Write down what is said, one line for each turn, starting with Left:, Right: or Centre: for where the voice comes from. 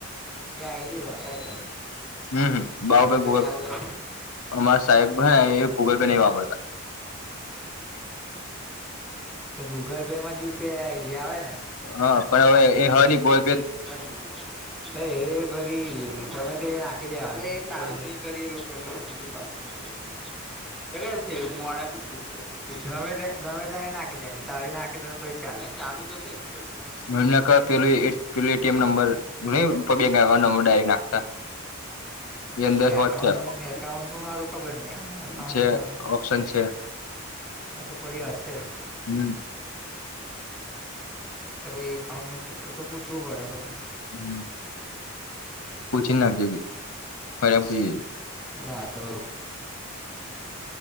Centre: એ આઈડી હોયાલ
Left: હમ
Centre: ગૂગલ
Left: બાઉભાઈ
Centre: પે ચાલુ હો
Left: અમારા સાહેબ હ એ ગૂગલ પે નહી વાપરતા
Centre: તો ગૂગલ પે માં જ યુપીઆઈ આઈડિયા આવે ને
Left: હા પણ હવે એ હ ની ગોલ્
Centre: જય યુ. એ પરી તમે તે નાખી દેવા ન કરી લોકો કીધું બા હ જ <unintelligible> મોડા ગમે્યા ગમે ત્યાં નાખી દે તારી નાખી તો ચાલે ને ચાલુ તોશે ગૂગલ પે
Left: ક નાખતા એ અંદર
Centre: એકાઉન્ટ
Left: વોટ્સએપ
Centre: નું એકાઉન્ટ નું મારું ખબર નહ એકાઉન્ટ
Left: છે
Centre: નું
Left: ઓપ્શન છે
Centre: હ તો પહી હશે
Left: હમ
Centre: એકાઉન્ટ એ તો પૂછવું પડે
Left: હમ પૂછી નાખજેધું ફરેમ પૂછી જઈ
Centre: અલા આ તો